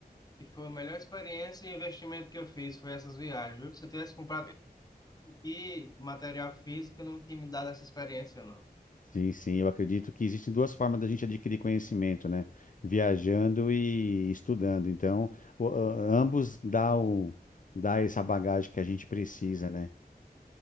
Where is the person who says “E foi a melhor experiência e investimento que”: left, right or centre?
Left